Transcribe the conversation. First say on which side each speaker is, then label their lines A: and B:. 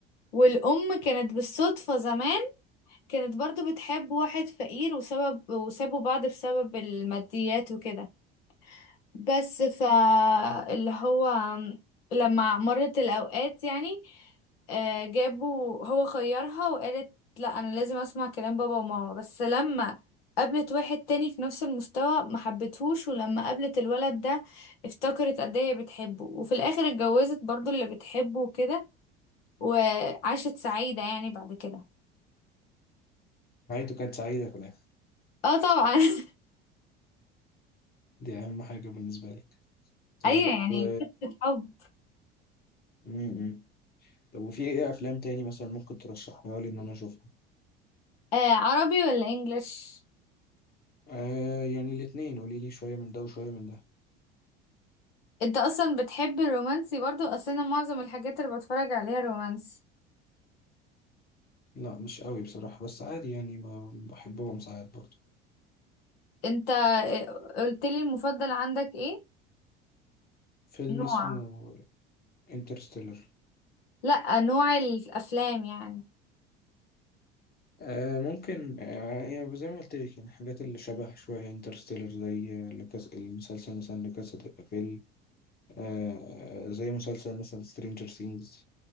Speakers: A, on the left (about 70°); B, on the left (about 30°).
A: والأم كانت بالصدفة زمان كانت برضو بتحب واحد فقير وسبب وسابوا بعض بسبب الماديات وكده بس ف اللي هو لما مرت الأوقات يعني آه، جابوا هو خيرها وقالت لا أنا لازم أسمع كلام بابا وماما بس لما قابلت واحد تاني في نفس المستوى ما حبتهوش ولما قابلت الولد ده افتكرت قد ايه هي بتحبه وفي الآخر اتجوزت برضو اللي بتحبه وكده وعاشت سعيدة يعني بعد كده
B: نهايته كانت سعيدة في الآخر
A: اه طبعا <laughs>
B: دي أهم حاجة بالنسبة لي طيب
A: ايوه يعني
B: و...
A: قصة حب
B: امم. طب وفي إيه أفلام تاني مثلا ممكن ترشحها لي إن أنا أشوفها؟
A: آه عربي ولا انجليش
B: آه يعني الاتنين قولي لي شوية من ده وشوية من ده
A: انت اصلا بتحب الرومانسي برضو اصل انا معظم الحاجات اللي بتفرج عليها رومانسي
B: لا مش قوي بصراحة بس عادي يعني ب- بحبهم ساعات برضه
A: انت قلت لي المفضل عندك ايه
B: فيلم
A: نوع
B: اسمه انترستيلر
A: لا نوع الافلام يعني
B: آه ممكن آه يعني زي ما قلت لك يعني الحاجات اللي شبه شوية انترستيلر زي لكاس المسلسل مثلا لكاسا دي بابيل آه زي مسلسل مثلا سترينجر سينجز